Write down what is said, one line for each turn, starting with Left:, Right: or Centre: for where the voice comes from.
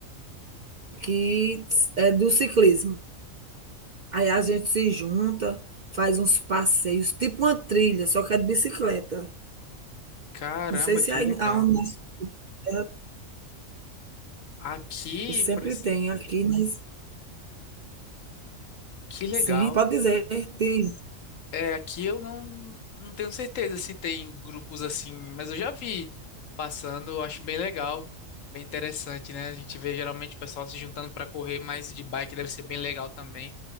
Right: que é do ciclismo. Aí a gente se junta, faz uns passeios, tipo uma trilha, só que é de bicicleta.
Left: Caramba,
Right: Não sei se
Left: que
Right: aí
Left: legal.
Right: aonde na terra
Left: Aqui,
Right: sempre
Left: por esse-
Right: tem aqui, mas
Left: que legal.
Right: sim, pode dizer, diz.
Left: É, aqui eu não, não tenho certeza se tem grupos assim, mas eu já vi passando, eu acho bem legal, bem interessante, né? A gente vê geralmente o pessoal se juntando para correr, mas de bike deve ser bem legal também,